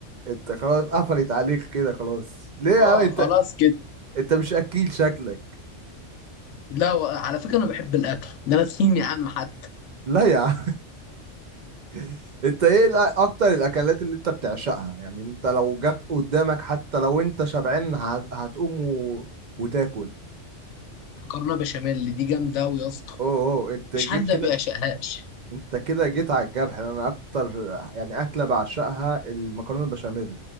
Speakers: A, on the right (about 55°); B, on the left (about 75°).
A: انت خلاص قفلت عليك كده خلاص ليه يا
B: اه
A: عم انت
B: خلاص كده
A: انت مش اكيل شكلك
B: لا و- على فكره انا بحب الاكل ده انا تخين يا عم حتى
A: لا يا عم <laughs> انت ايه الأ- اكتر الاكلات اللي انت بتعشقها يعني انت لو جت قدامك حتى لو انت شبعان ه- هتقوم و... وتاكل
B: مكرونه بشاميل دي جامده قوي يا اسطى
A: اوه اوه انت
B: مفيش
A: جي...
B: حد
A: كده
B: ما بيعشقهاش
A: انت كده جيت على الجرح يعني انا اكتر يعني اكله بعشقها المكرونه البشاميل